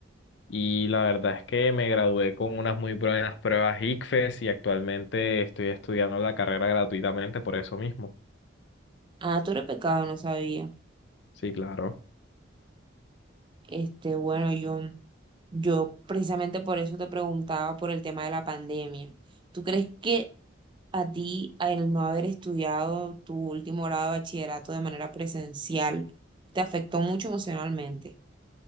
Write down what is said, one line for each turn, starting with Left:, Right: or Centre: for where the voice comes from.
Left: y la verdad es que me gradué con unas muy buenas pruebas ICFES y actualmente estoy estudiando la carrera gratuitamente por eso mismo.
Right: Ah, tú eres pecado, no sabía.
Left: Sí, claro.
Right: Este, bueno, John, yo precisamente por eso te preguntaba por el tema de la pandemia. ¿Tú crees que a ti, al no haber estudiado tu último grado de bachillerato de manera presencial, te afectó mucho emocionalmente?